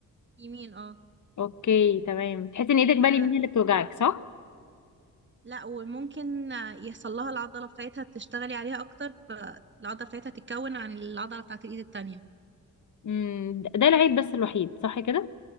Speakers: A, on the right (about 30°); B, on the left (about 50°).
A: يمين اه
B: اوكي تمام تحسي ان ايدك
A: ف-
B: بقى اليمين هي اللي بتوجعك صح
A: لا وممكن آه، يحصل لها العضلة بتاعتها تشتغلي عليها أكتر فالعضلة بتاعتها تتكون عن العضلة بتاعت الإيد التانية
B: امم ده العيب بس الوحيد صح كده